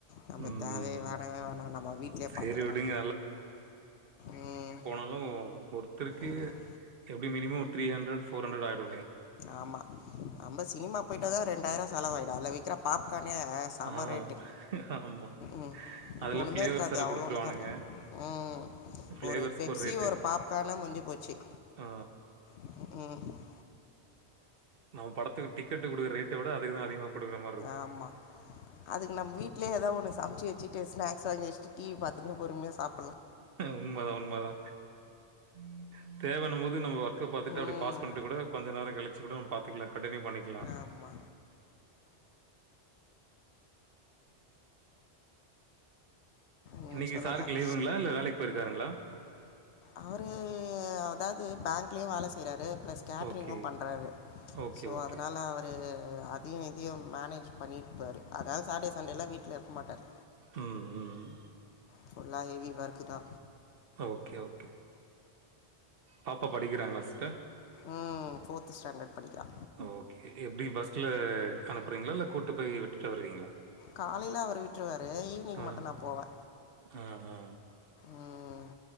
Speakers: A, on the left; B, on the right.
A: நமக்கு
B: ம்
A: தேவைய வேணவே வேணா நம்ம வீட்லே
B: சரி
A: பாத்துக்கிலா
B: விடுங்க
A: ம்
B: ம் ஒருத்தருக்கு
A: ம்ம்
B: எப்டியு மினிமம் ஒரு த்ரீ ஹண்ட்ரட் ஃபோர் ஹண்ட்ரட் ஆயிரு
A: ஆமா நம்ப சினிமா போயிட்டாதா ரெண்டாயிரோ செலவாயிடு அந்த வி விக்கிற பாப் கானே செம
B: ஆ
A: ரேட்
B: ஆமா
A: ம்
B: அதுல
A: ஒன்னுமே
B: ஃபிளேவர்ஸ்
A: இருக்காது
B: வேற
A: அவ்ளோண்டு
B: குடுத்துருவானுங்க
A: தா இருக்கும் ம்
B: ஃபிளேவர்ஸ்க்கு
A: ஒரு பெப்சி
B: ரேட்டு
A: ஒரு பாப் கானு முஞ்சி போச்சு
B: ஆ
A: ம் ம்
B: நம்ம படத்துக்கு டிக்கெட்‌ குடுக்குற ரேட்ட விட அதுக்கு‌ தா அதிகமா குடுக்குற மார்ருக்கு
A: ஆமாம் அதுக்கு நம்ம வீட்லே எதா ஒன்னு சமச்சு வச்சுட்டு ஸ்நாக்ஸ் வாங்கி வச்சுட்டு டி வி பாத்துன்னு பொறுமையா சாப்
B: உண்மதா உண்மதா ம் தேவன்னும் போது நம்ம ஒர்க்க பாத்துட்டு அப்டி
A: ம்
B: பாஸ் பண்ட்டு கூட கொஞ்சொ நேரோ கழிச்சு கூட நம்ம பாத்துக்கலா கண்டினியூ பண்ணிக்கலா
A: அம்மா ம்
B: இன்னிக்கு
A: சொல்லுங்கள்
B: சாருக்கு லீவுங்களா இல்ல வேலைக்கு போயிருக்காருங்ளா
A: அவரு அதாவ்து பேங்க்லயு வேல செய்றாரு ப்ளஸ் கேட்ரிங்கும
B: ஓகே
A: பண்றாரு
B: ஓகே
A: சோ
B: ஓகே
A: அதனால அது அதையு இதையு மேனேஜ் பண்ணிப்பாரு அதாவ்து சாட்டே சண்டேலா வீட்ல இருக்க மாட்டாரு
B: ம் ம்
A: ஃபுல்லா ஹெவி ஒர்க் தா
B: ஓகே ஓகே பாப்பா படிக்கிறாங்ளா சிஸ்டர்
A: ம் ஃபோர்த் ஸ்டாண்டர்ட் படிக்கிறா
B: ஓகே எப்டி பஸ்ல அனுப்புறீங்களா இல்ல கூட்டு போய் விட்டுட்டு வருவீங்களா
A: காலைல அவர் விட்ருவாரு ஈவினிங்
B: ஆ,
A: மட்டு நா போவே
B: ஆ, ஆ.
A: ம்